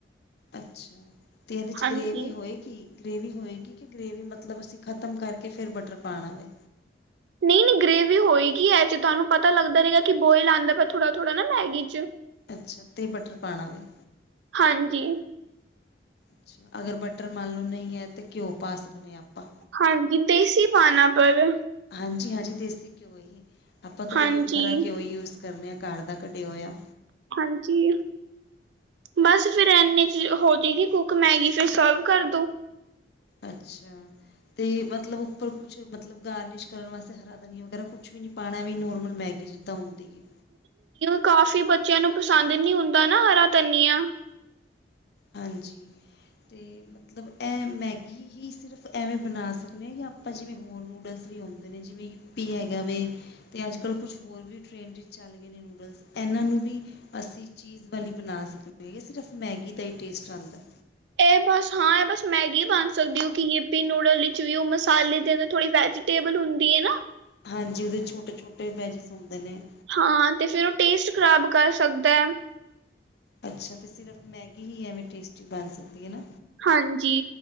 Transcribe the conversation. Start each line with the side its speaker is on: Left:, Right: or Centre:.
Left: ਅੱਛਾ ਅਤੇ ਓਹਦੇ 'ਚ
Right: ਹਾਂਜੀ
Left: ਗ੍ਰਵੀ ਹੋਏਗੀ ਗ੍ਰੇਵੀ ਹੋਏਗੀ ਕਿ ਗ੍ਰੇਵੀ ਮਤਲਬ ਅਸੀਂ ਖ਼ਤਮ ਕਰਕੇ ਫਿਰ ਬਟਰ ਪਾਉਣਾਵੇ
Right: ਨਹੀਂ ਨਹੀਂ ਗ੍ਰੇਵੀ ਹੋਏਗੀ ਇਹ ਚ ਤੁਹਾਨੂੰ ਪਤਾ ਲੱਗਦਾ ਰਹੇਗਾ ਕਿ ਬੋਇਲ ਆਉਂਦਾ ਪ ਥੋੜ੍ਹਾ ਥੋੜ੍ਹਾ ਨਾ ਮੈਗੀ ਚ
Left: ਅੱਛਾ ਅਤੇਹ ਬਟਰ ਪਾਉਣਾ ਵੀ
Right: ਹਾਂਜੀ
Left: ੱ ਅਗਰ ਬਟਰ ਮਾਨ ਲੋ ਨਹੀਂ ਹੈ ਤੇ ਘਿਓ ਪਾ ਸਕਦੇ ਹ ਆਪਾਂ
Right: ਹਾਂਜੀ ਦੇਸੀ ਪਾਨਾ ਪਰ
Left: ਹਾਂਜੀ-ਹਾਂਜੀ ਦੇਸੀ, ਘਿਓ ਹੀ ਆਪਾਂ ਤਾਂ
Right: ਹਾਂਜੀ
Left: ਉਹੀ ਖਰਾ ਘਿਓ ਹੀ ਯੂਜ ਕਰਦੇ ਹਾਂ। ਘਰ ਦਾ ਕੱਢਿਆ ਹੋਇਆ।
Right: ਹਾਂਜੀ, ਬਸ। ਫੇਿਰ ਇੰਨੇ ਚ ਹੋ ਜਾਏਗੀ ਕੁੱਕ ਮੈਗੀ ਫਿਰ ਸਰਵ ਕਰ ਦੋ
Left: ਅੱਛਾ ਤੇ ਮਤਲਬ ਉੱਪਰ ਕੁਛ ਮਤਲਬ ਗਾਰਨਿਸ਼ ਕਰਨ ਵਾਸਤੇ ਹਰਾ ਧਨੀਆ ਵਗੈਰਾ ਕੁੱਛ ਵੀ ਨੀ ਪਾਉਣਾ ਵੀ ਨੋਰਮਲ ਮੈਗੀ ਜਿੱਦਾਂ ਹੁੰਦੀ ਹੈ
Right: ਕਾਫੀ ਬੱਚਿਆਂ ਨੂੰ ਪਸੰਦ ਨੀ ਹੁੰਦਾ ਨਾ ਹਰਾ ਧਨੀਆ
Left: ਹਾਂਜੀ ਅਤੇ ਮਤਲਬ ਐ ਮੈਗੀ ਹੀ ਸਿਰਫ ਐਵੇਂ ਬਣਾ ਸਕਦੇ ਹਾਂ ਜਾਂ ਆਪਾਂ ਜਿਵੇਂ ਹੋਰ ਨੂਡਲਸ ਵੀ ਆਉਂਦੇ ਨੇ ਜਿਵੇਂ ਵੀ ਹੈਗਾ ਵੀ ਤੇ ਅੱਜ ਕੱਲ੍ਹ ਕੁਛ ਹੋਰ ਵੀ ਟ੍ਰੇਡ ਵਿੱਚ ਚੱਲ ਗਏ ਨੇ ਨੂਡਲਸ ਇਹਨਾਂ ਨੂੰ ਵੀ ਅਸੀਂ ਚੀਜ਼ ਵਾਲੀ ਬਣਾ ਸਕਦੇ ਹੈਗੇ, ਸਿਰਫ ਮੈਗੀ ਦਾ ਹੀ ਟੇਸਟ ਆਉਂਦਾ।
Right: ਇਹ ਬਸ ਹਾਂ ਇਹ ਬਸ ਮੈਗੀ ਬਣ ਸਕਦੀ, ਕਿਉੰਕਿ ਯੀਪੀ ਨੂਡਲ ਵਿੱਚ ਵੀ ਉਹ ਮਸਾਲੇ ਦੇ ਥੋੜੀ ਵੈਜੀ ਟੇਬਲ ਹੁੰਦੀ ਹੈ ਨਾ,
Left: ਹਾਂਜੀ ਉਹਦੇ ਛੋਟੇ-ਛੋਟੇ ਪੈਜਿਸ ਹੁੰਦੇ ਨੇ।
Right: ਹਾਂ, ਤੇ ਫਿਰ ਉਹ ਟੇਸਟ ਖਰਾਬ ਕਰ ਸਕਦਾ ਹੈ।
Left: ਅੱਛਾ ਅਤੇ ਸਿਰਫ਼ ਮੈਗੀ ਹੀ ਐਵੇਂ, ਟੇਸਟੀ ਬਣ ਸਕਦੀ ਐ ਨਾ?
Right: ਹਾਂਜੀ